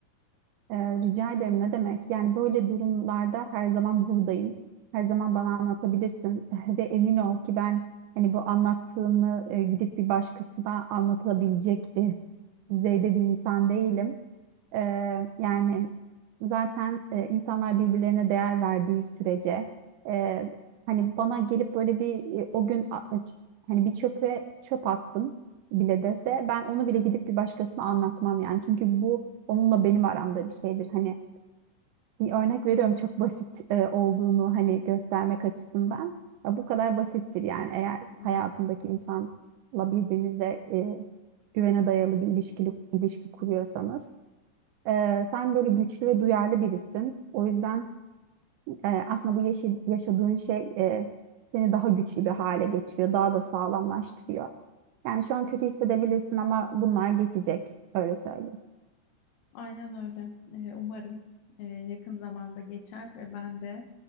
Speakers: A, on the right; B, on the left.
A: E, rica ederim ne demek? Yani böyle durumlarda her zaman buradayım. Her zaman bana anlatabilirsin <laughs> ve emin ol ki ben hani bu anlattığını e, gidip bir başkasına anlatabilecek e, düzeyde bir insan değilim. Ee, yani zaten e, insanlar birbirlerine değer verdiği sürece e, hani bana gelip böyle bir e, o gün a- hani bir çöpe çöp attım bile dese ben onu bile gidip bir başkasına anlatmam yani. Çünkü bu onunla benim aramda bir şeydir. Hani bir örnek veriyorum çok basit e, olduğunu hani göstermek açısından. Ya bu kadar basittir yani eğer
B: Hmm.
A: hayatındaki insanla birbirinize e, güvene dayalı bir ilişki, ilişki kuruyorsanız. Ee, sen böyle güçlü ve duyarlı birisin. O yüzden e, aslında bu yaşı- yaşadığın şey e, seni daha güçlü bir hale getiriyor, daha da sağlamlaştırıyor. Yani şu an kötü hissedebilirsin ama bunlar geçecek, öyle söyleyeyim.
B: Aynen öyle. Ee, umarım e, yakın zamanda geçer ve ben de